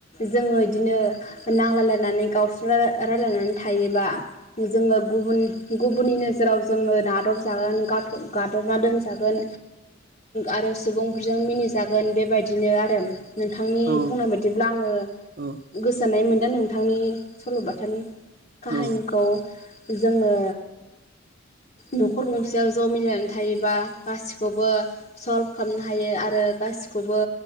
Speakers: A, on the left; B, on the right.
A: जोङो इदिनो नांलायलायनानै गावस्रा रायलायनानै थायोबा जोंङो गुबुन गुबुननि नोजोराव जोंङो नादबजागोन गादबना दोनजागोन आरो सुबुंफोरजों मिनिजागोन बेबायदिनो आरो नोंथांनि
B: औ
A: बुंनाय बायदिब्ला आंङो
B: औ
A: गोजोननाय मोनदों नोंथांनि सल'बाथानि काहानिखौ
B: औ
A: जोंङो न'खर गंसेयाव ज' मिलायनानै थायोबा गासिखौबो सल्भ खालामनो हायो आरो गासिखौबो